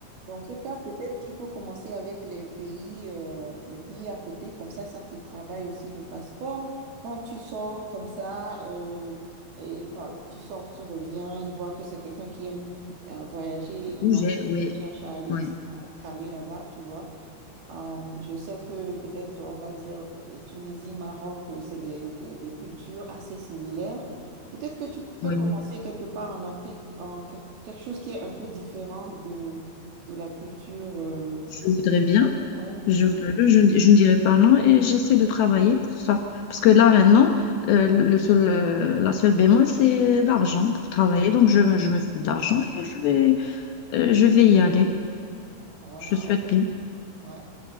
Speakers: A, on the right; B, on the left.
A: Dans ce cas, peut-être qu'il faut commencer avec les pays, euh, les pays à côté, comme ça, ça te travaille aussi le passeport. Quand tu sors comme ça, euh, et quand tu sors, tu reviens, ils voient que c'est quelqu'un qui aime euh, voyager
B: Bouger,
A: et non qui
B: oui,
A: cherche à aller,
B: oui,
A: à caler là-bas, tu vois. Euh, je sais que peut-être, on va dire, Tunisie, Maroc, euh, c'est des, des- des cultures assez similaires. Peut-être que tu
B: oui.
A: peux commencer quelque part en Afrique, en quel- quelque chose qui est un peu différent de, de la culture. euh,
B: Je voudrais bien,
A: ouais.
B: je voudrais bien, je, ne je ne dirais pas non et j'essaie de travailler pour ça. Parce que là, maintenant, euh, le seul, euh, la seule bémol, c'est l'argent pour travailler.
A: Mhm.
B: Donc, je, je me fais de l'argent et je vais, euh, je vais y aller.
A: Wow,
B: Je souhaite bien.
A: ouais.